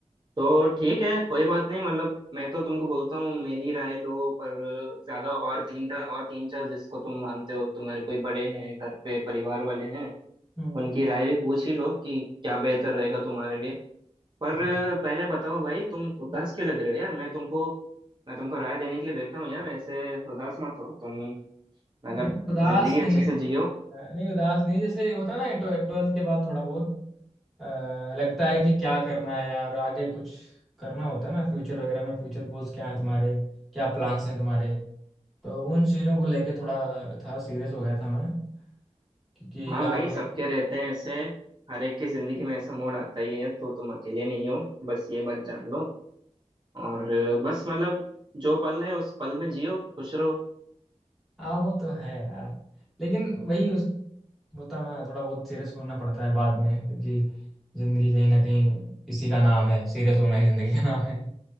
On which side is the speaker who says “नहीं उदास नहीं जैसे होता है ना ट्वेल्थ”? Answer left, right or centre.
Centre